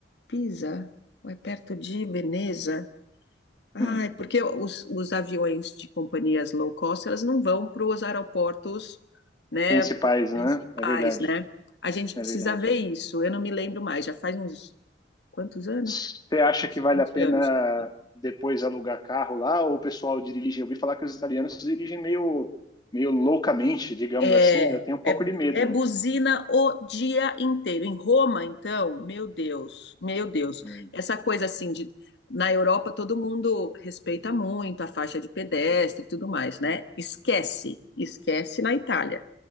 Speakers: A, on the left (about 70°); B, on the left (about 25°).
A: Pisa, ou é perto de Veneza? Ah,
B: Hum.
A: é porque os, os aviões de companhias low cost, elas não vão para os aeroportos, né,
B: Principais,
A: principais,
B: né? É verdade.
A: né? A gente precisa
B: É verdade.
A: ver isso. Eu não me lembro mais, já faz uns quantos anos?
B: Você acha
A: Uns
B: que vale
A: 20
B: a pena
A: anos que foi.
B: depois alugar carro lá ou o pessoal dirige? Eu ouvi falar que os italianos dirigem meio, meio loucamente, digamos
A: É,
B: assim. né? Eu tenho um pouco
A: é,
B: de medo,
A: é
B: né?
A: buzina o dia inteiro. Em Roma, então, meu Deus, meu Deus.
B: Hum.
A: Essa coisa assim de na Europa todo mundo respeita muito a faixa de pedestre e tudo mais, né? Esquece, esquece na Itália.